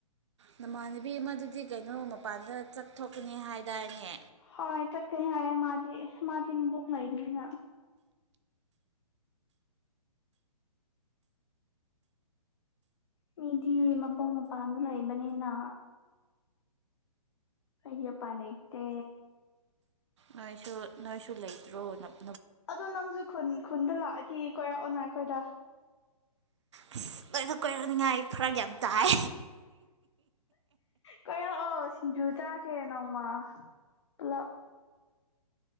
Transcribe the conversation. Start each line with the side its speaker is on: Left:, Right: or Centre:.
Right: ꯅꯃꯥꯟꯅꯕꯤ ꯑꯃꯗꯨꯗꯤ ꯀꯩꯅꯣ ꯃꯄꯥꯟꯗ ꯆꯠꯊꯣꯛꯀꯅꯤ ꯍꯥꯏꯗꯥꯏꯅꯦ꯫
Left: ꯍꯣꯏ ꯆꯠꯀꯅꯤ ꯍꯥꯏꯌꯦ ꯃꯥꯗꯤ ꯃꯥꯗꯤ ꯃꯕꯣꯛ ꯂꯩꯕꯅꯤꯅꯥ꯫ ꯃꯤꯗꯤ ꯃꯄꯨꯡ ꯃꯄꯥꯟꯗ ꯂꯩꯕꯅꯤꯅ꯫ ꯑꯩꯗꯤ ꯎꯄꯥꯏ ꯂꯩꯇꯦ꯫
Right: ꯅꯣꯏꯁꯨ ꯅꯣꯏꯁꯨ ꯂꯩꯇ꯭ꯔꯣ ꯅ꯫
Left: ꯑꯗꯣ ꯅꯪꯁꯨ ꯈꯨꯟ ꯈꯨꯟꯗ ꯂꯥꯛꯑꯗꯤ ꯀꯣꯏꯔꯛꯑꯣꯅꯥ꯫ ꯑꯩꯈꯣꯏꯗ꯫
Right: ꯑꯁ ꯂꯣꯏꯅ ꯀꯣꯏꯔꯛꯅꯤꯉꯥꯏ ꯐꯔꯛ ꯌꯥꯝ ꯇꯥꯏ꯫
Left: ꯀꯣꯏꯔꯛꯑꯣ ꯁꯤꯡꯖꯨ ꯆꯥꯁꯦ ꯅꯣꯡꯃ ꯄꯨꯂꯞ꯫